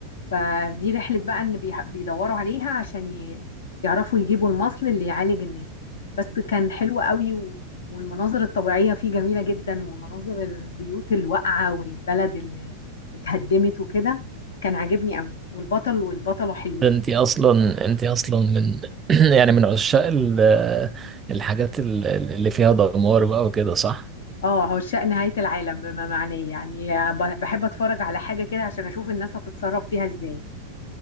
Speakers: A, on the left; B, on the right.
A: فدي رحلة بقى إن بيح- بيدوروا عليها عشان ي- يعرفوا يجيبوا المصل اللي يعالج الناس بس كان حلو قوي و... والمناظر الطبيعية فيه جميلة جدا ومناظر البيوت الواقعة والبلد اللي اتهدمت وكده كان عاجبني قوي والبطل والبطلة حلوين
B: ده انت
A: يعني.
B: اصلا انت اصلا من <clears throat> يعني من عشاق ال- الحاجات ال- اللي فيها دمار بقى وكده صح
A: اه عشاق نهاية العالم بما معناه يعني ب- بحب اتفرج على حاجة كده عشان اشوف الناس هتتصرف فيها ازاي